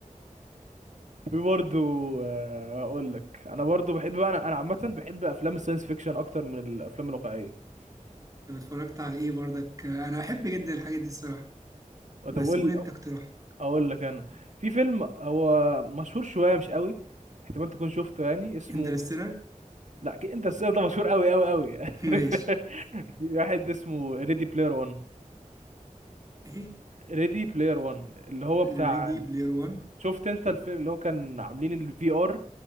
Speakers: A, on the right; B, on the right.
A: في برضه آه، هقول لك انا برضه بحب بقى انا انا عامه بحب افلام الساينس فيكشن اكتر من الافلام الواقعيه
B: طب اتفرجت على ايه برضك آه، انا بحب جدا الحاجات دي الصراحه
A: طب
B: بس
A: اقول
B: قول انت اقتراح
A: اقول لك انا في فيلم هو مشهور شويه مش قوي احتمال تكون شفته يعني اسمه
B: انترستيلر
A: لا أكيد انت السيف ده مشهور قوي قوي قوي
B: <laughs> ماشي
A: <laughs> في واحد اسمه ريدي بلاير 1
B: ايه
A: ريدي بلاير 1 اللي هو بتاع
B: ريدي بلاير 1
A: شفت انت الفيلم اللي هو كان عاملين الفي ار